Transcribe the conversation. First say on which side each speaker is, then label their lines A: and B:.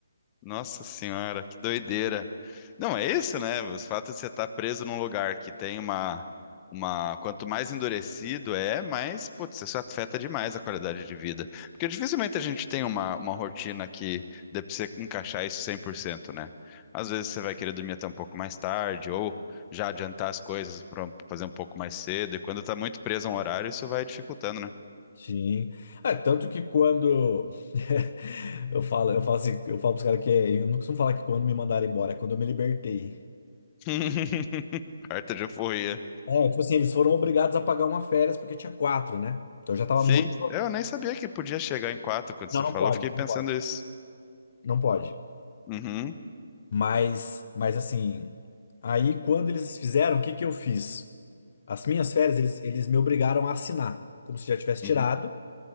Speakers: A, on the left (about 20°); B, on the left (about 50°).
A: Nossa senhora, que doideira. Não, é isso, né? O fato de você estar preso num lugar que tem uma, uma, quanto mais endurecido é, mais, putz, isso afeta demais a qualidade de vida. Porque dificilmente a gente tem uma, uma rotina que dê pra você encaixar isso 100%, né? Às vezes você vai querer dormir até um pouco mais tarde, ou já adiantar as coisas para fazer um pouco mais cedo, e quando tá muito preso a um horário, isso vai dificultando, né?
B: Sim. É, tanto que quando <laughs> eu falo, eu falo assim, eu falo pros caras que é- eu não costumo falar que quando me mandaram embora, é quando eu me libertei.
A: <laughs> Carta de euforia.
B: É, tipo assim, eles foram obrigados a pagar uma férias porque tinha quatro, né? Então eu já tava
A: Sim,
B: muito
A: eu nem sabia que podia chegar em quatro quando
B: Não,
A: você
B: não
A: falou,
B: pode,
A: fiquei
B: não
A: pensando
B: pode.
A: isso.
B: Não pode.
A: Uhum,
B: Mas, mas assim, aí quando eles fizeram, o que que eu fiz? As minhas férias, eles, eles me obrigaram a assinar, como se já tivesse tirado,
A: uhum,